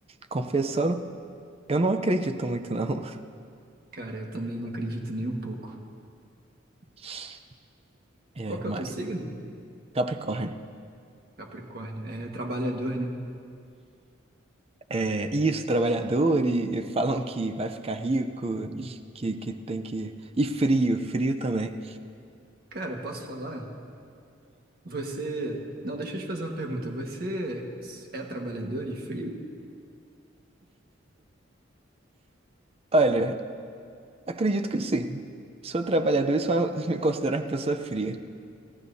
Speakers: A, on the right; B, on the right.
A: confessando, eu não acredito muito, não.
B: Cara, eu também não acredito nem um pouco.
A: <laughs> É,
B: Qual que
A: mas.
B: é o teu signo?
A: Capricórnio.
B: Capricórnio. É trabalhador, né?
A: É, isso, trabalhador, e, e falam que vai ficar rico, que, que tem que. E frio, frio também.
B: Cara, posso falar? Você. Não, deixa eu te fazer uma pergunta. Você é trabalhador e frio?
A: Olha, acredito que sim. Sou trabalhador e sou <laughs> me considero uma pessoa fria.